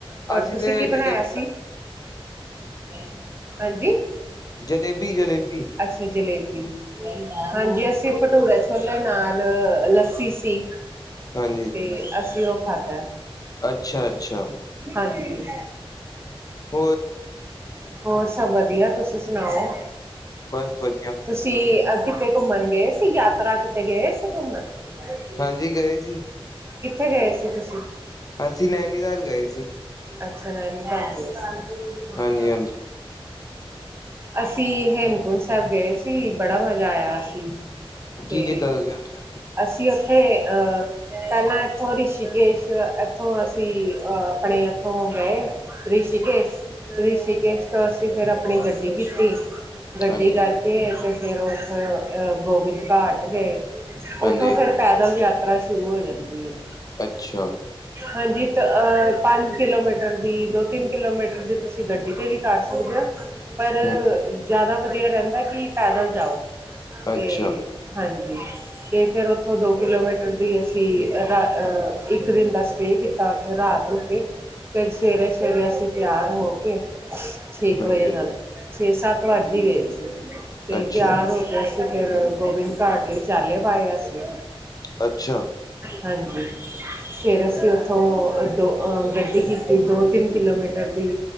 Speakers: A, on the right; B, on the left.
A: ਔਰ
B: ਅਸੀਂ
A: ਤੁਸੀਂ
B: ਤੇ
A: ਕੀ
B: ਜਲੇਬੀ
A: ਬਣਾਇਆ ਸੀ ਹਾਂਜੀ
B: ਜਲੇਬੀ- ਜਲੇਬੀ
A: ਅੱਛਾ ਜਲੇਬੀ। ਹਾਂਜੀ ਅਸੀ ਭਟੂਰਾ ਛੋਲੇ ਨਾਲ ਲ ਸੀ- ਸੀ
B: ਹਾਂਜੀ
A: ਤੇ ਅਸੀਂ ਉਹ ਖਾਧਾ
B: ਅੱਛਾ ਅੱਛਾ
A: ਹਾਂਜੀ
B: ਹੋਰ
A: ਹੋਰ ਸਭ ਵਧੀਆ। ਤੁਸੀ ਸੁਣਾਓ
B: ਬਸ ਵਧੀਆ
A: ਅ ਕਿਤੇ ਘੁੰਮਣ ਗਏ ਸੀ ਯਾਤਰਾ। ਕਿਤੇ ਗਏ ਸੀ ਘੁੰਮਣ ਗ
B: ਹਾਂਜੀ ਗਏ ਸੀ
A: ਕਿੱਥੇ ਗਏ ਸੀ ਤੁਸੀਂ
B: ਅਸੀਂ ਨੈਨੀਤਾਲ ਗਏ ਸੀ
A: ਅੱਛਾ ਨੈਨੀਤਾਲ ਗਏ ਸੀ
B: ਹਾਂਜੀ
A: ਹ
B: ਹਾਂਜੀ
A: ਅਸੀ ਹੇਮਕੁੰਟ ਸਾਹਿਬ ਗਏ ਫ ਬੜਾ ਮਜ਼ਾ ਆਇਆ ਸੀ ਤੇ
B: ਕੀ ਕੀਤਾ ਤੁਸੀਂ ਉੱਥੇ
A: ਅਸੀ ਉੱਥੇ ਅਹ ਪਹਿਲਾਂ ਇਥੋ ਰਿਸ਼ਕੇਸ਼ ਉੱਥੋਂ ਅਸੀਂ ਅ ਆਪਣੇ ਇੱਥੋਂ ਗਏ। ਰਿਸ਼ੀਕੇਸ਼ ਰਿਸ਼ੀਕੇਸ਼ ਤੋਂ ਅਸੀਂ ਫਿਰ ਆਪਣੀ ਗੱਡੀ ਕੀਤੀ। ਗੱਡੀ
B: ਹਾਂਜੀ
A: ਕਰ ਗ ਤੇ ਫਿਰ ਉੱਥੋਂ ਗੋਬਿੰਦ ਘਾਟ ਗਏ। ਉੱਥੋਂ
B: ਹਾਂਜੀ
A: ਫਿਰ ਪੈਦਲ ਯਾਤਰਾ ਸ਼ੁਰੂ ਹੋ ਜਾਂਦੀ ਹੈ
B: ਅੱਛਾ
A: ਹਾਂਜੀ। ਅਹ ਪੰਜ ਕਿਲੋਮੀਟਰ ਦੀ। ਦੋ ਤਿੰਨ ਕਿਲੋਮੀਟਰ ਦੀ ਤੁਸੀਂ ਗੱਡੀ 'ਤੇ ਵੀ ਕਰ ਸਕਦੇ ਹੌ ਪਰ,
B: ਹਮ
A: ਜ਼ਿਆਦਾ ਵਧੀਆ ਰਹਿੰਦਾ ਕਿ ਪੈਦਲ ਜਾਓ ਤੇ
B: ਅੱਛਾ
A: ਹਾਂਜੀ ਅਤੇ ਫਿਰ ਉੱਥੋਂ ਦੋ ਕਿਲੋਮੀਟਰ ਦੀ ਅਸੀ ਰਾ ਇੱਕ ਦਿਨ ਬਸ ਸ ਕੀਤਾ ਉੱਥੇ ਰਾਤ ਰੁਕੇ, ਕੇ ਫਿਰ ਸਵੇਰੇ ਸਵੇਰੇ ਅਸੀਂ ਤਿਆਰ ਹੋ ਕੇ ਛੇ
B: ਹਾਂਜੀ
A: ਇੱਕ ਵਜੇ ਨਾਲ।
B: ਹਾਂਜੀ,
A: ਛੇ ਸੱਤ ਵੱਜ ਹੀ ਗਏ ਸੀ ਤੇ
B: ਅੱਛਾ
A: ਤਿਆਰ ਹੋ ਕੇ ਅਸੀ ਫਿਰ ਗੋਬਿੰਦ ਘਾਟ ਲਈ ਚਾਲੇ ਪਾਏ ਅਸੀ
B: ਅੱਛਾ
A: ਹਾਂਜੀ ਫਿਰ ਅਸੀ ਉੱਥੋਂ ਦੋ ਗੱਡੀ ਕੀਤੀ ਦੋ ਤਿੰਨ ਕਿਲੋਮੀਟਰ ਦੀ